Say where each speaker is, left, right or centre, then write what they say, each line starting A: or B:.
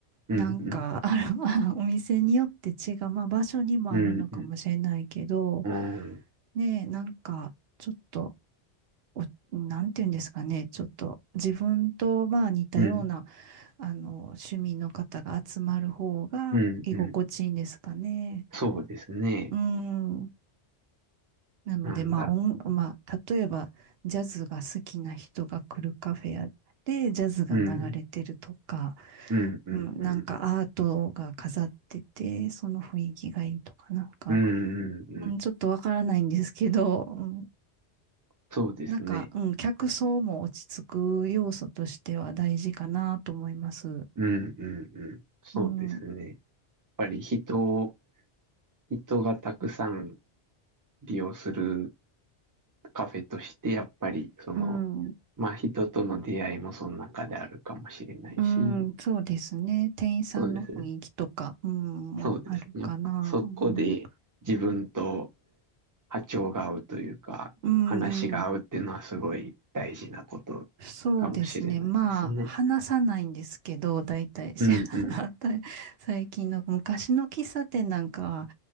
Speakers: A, on the right; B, on the right.
A: うん、
B: なんか、
A: うん、
B: <laughs> あの、<laughs> お店によって違う、まあ、場所にもあるのかもしれないけど、
A: うん、うん、
B: ねえ、なんか、ちょっと、お、なんていうんですかね、ちょっと自分とまあ似たような、
A: うん、うん、
B: あの、趣味の方が集まる方が居心地いいんですかね。
A: うん。うんそうですね。
B: うん。なので、
A: なんだろ
B: まあ、音、まあ、例えば、ジャズが好きな人が来るカフェやで、ジャズが流れてるとか、
A: う。うん、うん、うん、
B: うん、
A: うん。
B: なんかアートが飾ってて、その雰囲気がいいとか、なんか、
A: うんうんうん。
B: うん、ちょっとわからないんですけど、う
A: そうですね。
B: なんか、うん、客層も落ち着く要素としては大事かなと思います。
A: うんうんうん。そうですね。
B: うん、
A: やっぱり人を、人がたくさん利用するカフェとして、やっぱりその、
B: うん、
A: まあ人との出会いもその中であるかもしれないし、
B: うん、そうですね。店員さんの雰囲気とか、
A: そうですね。
B: うん、
A: そうですね。
B: もあるかな。
A: そこで自分と
B: うん、
A: 波長が合うというか、
B: うん、
A: 話が合うっていうのはすごい大事なことかもしれないですね。
B: うん。そうですね。まあ、話さないんですけど、大体、
A: うんうん。
B: し <laughs> 最近の昔の喫茶店なんかは、